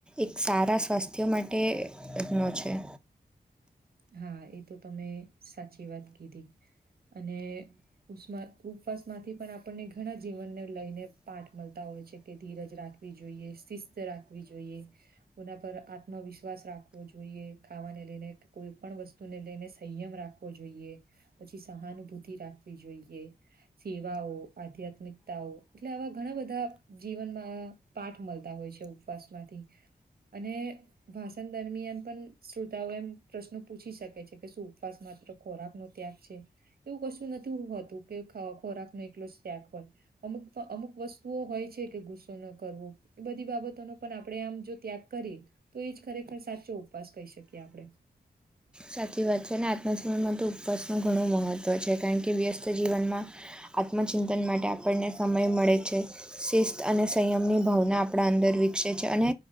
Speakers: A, in the centre; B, on the right (about 70°).
A: એક સારા સ્વાસ્થ્ય માટેનો છે.
B: હા એ તો તમે સાચી વાત કીધી. અને ઉસ્મ ઉપવાસમાંથી પણ આપણને ઘણા જીવનને લઈને પાઠ મલતા હોય છે કે ધીરજ રાખ વી જોઈએ. શિસ્ત રાખવી જોઈએ. કોના પર આત્મવિશ્વાસ રાખવો જોઈએ ખાવાને લીઈને. કોઈ પણ વસ્તુને લઈને સંયમ રાખવો જોઈએ. પછી સહાનુભૂતિ રાખવી જોઈએ. સેવાઓ, આધ્યાત્મિકતાઓ એટલે આવા ઘણા બધા જીવનમાં.... પાઠ મલતા હોય છે. ઉપવાસમાંથી..... અને ભાષણ દરમિયાન પન શ્રોતાઓ એમ..... પ્રશ્નો પૂછી શકે છે. કે શું ઉપવાસ માત્ર ખોરાક નો ત્યાગ છે? એવું કશું નથી હોતું. કે ખાઓ ખોરાક નો એકલો ત્યાગ કરવો. અમુક અમુક વસ્તુઓ હોય છે, કે ગુસ્સો ન કરવો. એ બધી બાબતોનો પણ આપડે આમ જો ત્યાગ કરીએ! તો એ જ ખરેખર સાચો ઉપવાસ કહી શકીએ આપડે.
A: સાચી વાત છે અને આજના સમયમાં તો ઉપવાસનું ઘણું મહત્ત્વ છે. કારણ કે વ્યસ્ત જીવનમાં..... આત્મચિંતન માટે આપણને સમય મળે છે. શિસ્ત અને સંયમની ભાવના આપડા અંદર વિકસે છે અને....